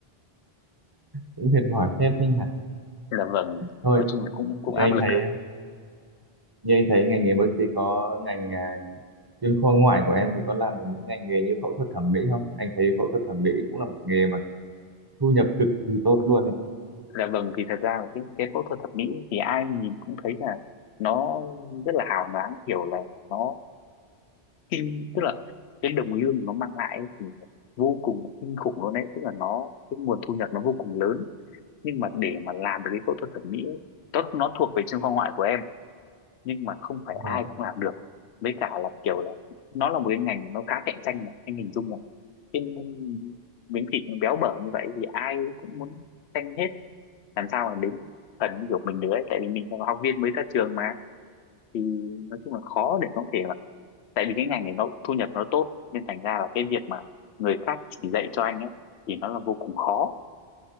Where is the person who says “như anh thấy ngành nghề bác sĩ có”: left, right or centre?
Right